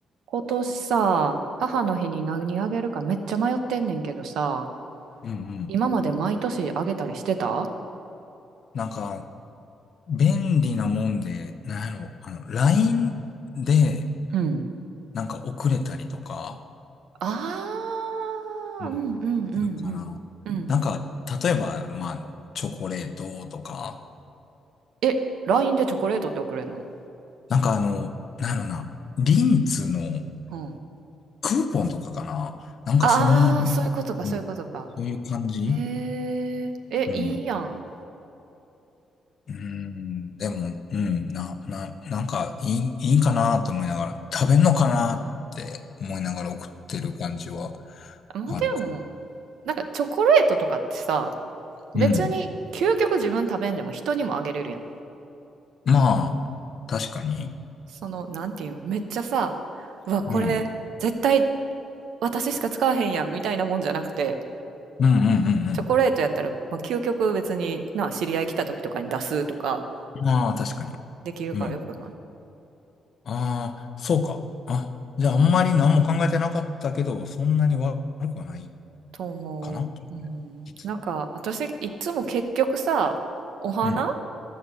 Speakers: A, on the right; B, on the left.
A: 今年さ、母の日に何あげるかめっちゃ迷ってんねんけどさ、
B: うんうん。
A: 今まで毎年あげたりしてた
B: なんか、便利なもんで、なんやろ、あの、LINE で、
A: うん。
B: なんか遅れたりとか、
A: あ
B: うん。
A: ー、うんうんうんうん。
B: するかな。
A: うん。
B: なんか、例えば、まあ、チョコレートとか、
A: え、LINE でチョコレートって送れんの
B: なんかあの、なんやろな、リンツの
A: うん。
B: クーポンとかかな。なんかそん、
A: あー、
B: う
A: そういうことか、そういうことか。
B: ん、そういう感じ
A: へー。え、
B: うん。
A: いいやん。
B: うーん、でも、うん、な、な、なんか、いい、いいかなと思いながら、食べんのかなって思いながら送ってる感じは
A: まあ、
B: あるか。
A: でも、なんかチョコレートとかってさ、
B: うん。
A: 別に究極自分食べんでも人にもあげれるやん。
B: まあ、確かに。
A: その、なんていうの、めっちゃさ、うわ、これ、
B: うん。
A: 絶対私しか使わへんやんみたいなもんじゃなくて、
B: うんうんうん
A: チョコレートやったら、まあ、究極別にな、知り合い来た時とかに出すとか
B: うん。まあ、確かに。
A: できるからよくない
B: うん。ああ、そうか。あ、じゃあ、あんまり何も考えてなかったけど、そんなに悪くはない
A: と思う。
B: かな
A: うん。
B: 実は。
A: なんか、私、いつも結局さ、お花
B: うん。